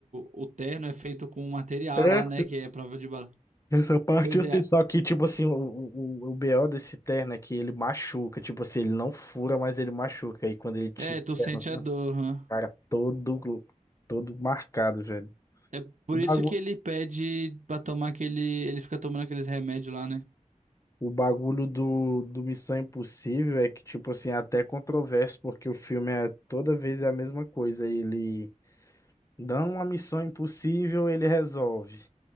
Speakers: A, on the right (about 65°); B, on the left (about 25°).
A: o terno é feito com um material
B: É?
A: lá, né? Que é prova de bala.
B: Essa parte
A: Pois
B: eu
A: é.
B: sei só que, tipo assim, o, o, o BO desse terno é que ele machuca. Tipo assim, ele não fura, mas ele machuca. E quando ele tira
A: É, tu
B: o terno,
A: sente
B: assim,
A: a dor,
B: o
A: hã?
B: cara é todo, todo marcado, velho.
A: É por
B: O bagu-
A: isso que ele pede pra tomar aquele. Ele fica tomando aqueles remédios lá, né?
B: o bagulho do, do Missão Impossível é que, tipo assim, é até controverso, porque o filme é toda vez é a mesma coisa. Ele dá uma missão impossível, ele resolve.